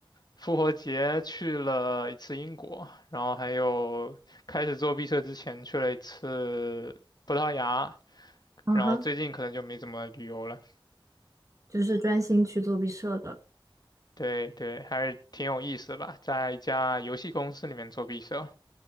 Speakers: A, on the left (about 50°); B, on the right (about 35°).
A: 复活节去了一次英国，然后还有开始做毕设之前去了一次葡萄牙，
B: 嗯哼，
A: 然后最近可能就没怎么旅游了。
B: 就是专心去做毕设的
A: 对对，还是挺有意思的吧，在一家游戏公司里面做毕设